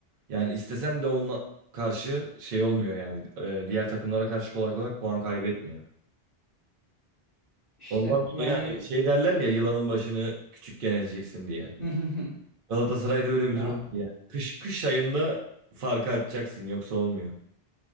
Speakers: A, on the right; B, on the left.
A: Yani istesen de onunla karşı şey olmuyor yani e, diğer takımlara karşı kolay kolay puan kaybetmiyor.
B: işte
A: Ondan
B: yani
A: dolayı yani şey derler ya yılanın başını küçükken ezeceksin diye.
B: <laughs>
A: Galatasaray'da öyle
B: ya
A: bir durum var yani. Kış kış ayında farkı açacaksın yoksa olmuyor.